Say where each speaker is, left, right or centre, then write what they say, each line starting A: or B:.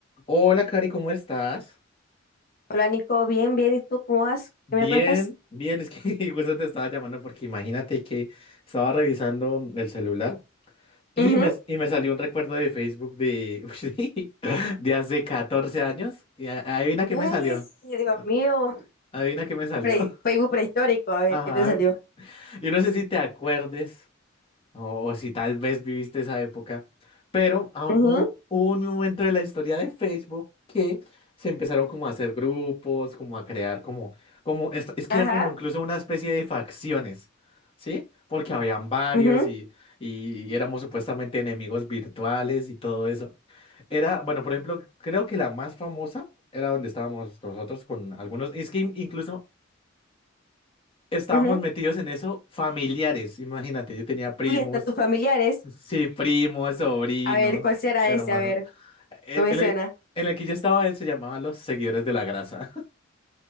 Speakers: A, on the left; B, on the left.
A: Hola, Cari, ¿cómo estás?
B: Hola Nico, bien, bien. ¿Y tú cómo vas?
A: Bien,
B: ¿Qué me cuentas?
A: bien, es que <laughs> justo te estaba llamando porque imagínate que estaba revisando el celular y
B: Ujú.
A: me, y me salió un recuerdo de Facebook de, <laughs> de hace 14 años y a- adivina
B: Uy,
A: qué me salió.
B: Dios
A: a-
B: mío.
A: Adivina qué me salió.
B: Pre-
A: <laughs>
B: Facebook prehistórico, a ver
A: Ajá.
B: qué te salió.
A: Yo no sé si te acuerdes. O, o si tal vez viviste esa época. Pero ah,
B: Ujú,
A: hubo, hubo un momento de la historia de Facebook que se empezaron como a hacer grupos, como a crear como, como, es, es que
B: Ajá.
A: era como incluso una especie de facciones, ¿sí? Porque habían varios
B: ujú,
A: y, y éramos supuestamente enemigos virtuales y todo eso. Era, bueno, por ejemplo, creo que la más famosa era donde estábamos nosotros con algunos, es que in- incluso estábamos
B: ujú.
A: metidos en eso familiares, imagínate, yo tenía primos.
B: Uy, hasta tus familiares.
A: Sí, primos, sobrinos,
B: A ver, ¿cuál será
A: hermanos.
B: ese? A ver,
A: En
B: no me
A: en
B: suena.
A: el, en el que yo estaba, él se llamaba Los Seguidores de la Grasa.